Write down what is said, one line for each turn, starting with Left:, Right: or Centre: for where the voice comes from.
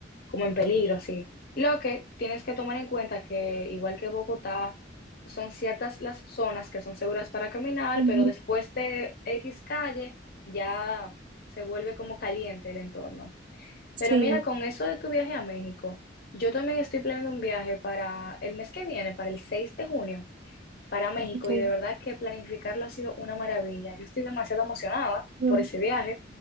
Left: como en peligro, así. Lo que tienes que tomar en cuenta que igual que Bogotá, son ciertas las zonas que son seguras para caminar,
Right: Ujú,
Left: pero después de X calle ya se vuelve como caliente el entorno.
Right: Sí,
Left: Pero mira, con eso de tu viaje a México, yo también estoy planeando un viaje para el mes que viene, para el 6 de junio, para México,
Right: ok,
Left: y de verdad que planificarlo ha sido una maravilla. Yo estoy demasiado emocionada
Right: mm,
Left: por ese viaje.